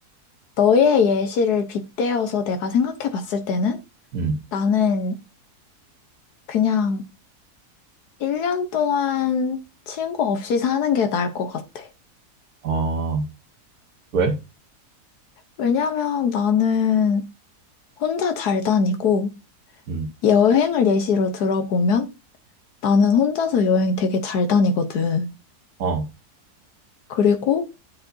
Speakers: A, on the left; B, on the right.
A: 너의 예시를 빗대어서 내가 생각해 봤을 때는
B: 음.
A: 나는 그냥 1년 동안 친구 없이 사는 게 나을 것 같아.
B: 아, 왜?
A: 왜냐면 나는 혼자 잘 다니고,
B: 음,
A: 여행을 예시로 들어보면 나는 혼자서 여행 되게 잘 다니거든.
B: 어,
A: 그리고